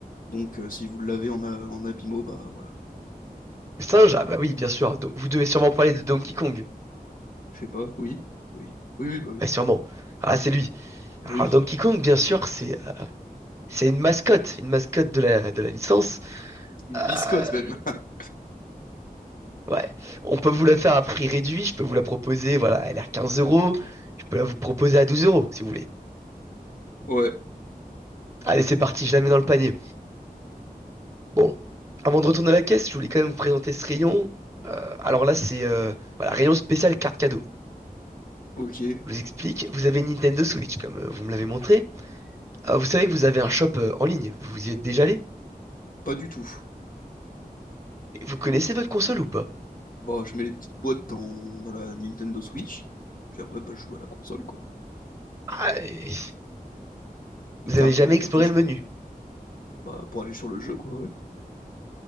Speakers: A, on the left; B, on the right.
A: Donc, euh, si vous l'avez en, a- en abîmaux, bah voilà.
B: Le singe, ah bah oui, bien sûr. Do- vous devez sûrement parler de Donkey Kong.
A: Je sais pas, oui, oui, oui, oui, bah oui,
B: Ouais, sûrement. Ah, là, c'est lui.
A: bah
B: Alors,
A: oui.
B: Donkey Kong, bien sûr, c'est euh, c'est une mascotte, une mascotte de la, de la licence.
A: Une
B: Euh,
A: biscotte même. <laughs>
B: Ouais. On peut vous la faire à prix réduit. Je peux vous la proposer. Voilà, elle est à 15 euros. Je peux la vous proposer à 12 euros si vous voulez.
A: Ouais,
B: Allez, c'est parti. Je la mets dans le panier. Bon. Avant de retourner à la caisse, je voulais quand même vous présenter ce rayon. Euh, alors là, c'est euh, voilà, rayon spécial carte cadeau.
A: ok,
B: Je vous explique. Vous avez une Nintendo Switch, comme euh, vous me l'avez montré. Euh, vous savez que vous avez un shop euh, en ligne. Vous y êtes déjà allé?
A: pas du tout.
B: Et Vous connaissez votre console ou pas?
A: Bah, je mets les petites boîtes dans, dans la Nintendo Switch, puis après, bah, je joue à la console, quoi.
B: Ah, et-
A: Les
B: vous
A: car-
B: avez jamais
A: les cartouches,
B: exploré le
A: quoi.
B: menu.
A: Bah, pour aller sur le jeu, quoi, ouais.